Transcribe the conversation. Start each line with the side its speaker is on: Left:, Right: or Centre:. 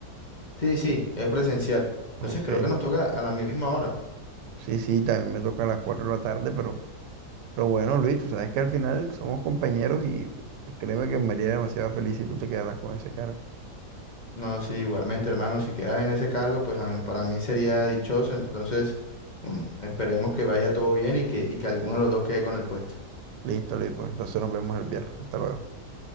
Left: Sí, sí, es presencial. Entonces
Right: Ok.
Left: creo que nos toca a la misma hora, ¿no?
Right: Sí, sí, también me toca a las 4 de la tarde, pero, pero bueno, Luis, tú sabes que al final somos compañeros y créeme que me haría demasiado feliz si tú te quedaras con ese cargo.
Left: No, sí, igualmente, hermano, si quedas en ese cargo, pues a mí- para mí sería dichoso. Entonces, bueno, esperemos que vaya todo bien y que, y que alguno de los dos quede con el puesto.
Right: Listo, Luis, pues entonces nos vemos el viernes. Hasta luego.